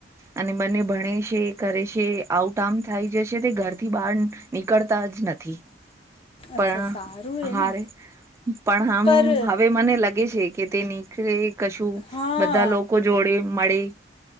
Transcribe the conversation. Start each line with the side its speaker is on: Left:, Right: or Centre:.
Right: અને બંને ભણે છે, કરે છે. આઉટ આમ થાય જશે તે ઘરથી બાર નીકળતા જ નથી. પણ
Left: અચ્છા સારું એ
Right: હારે
Left: ને
Right: પણ આમ
Left: પર
Right: હવે મને લગે છે કે તેની નિકણે કશું
Left: હા
Right: બધા લોકો જોડે મળે.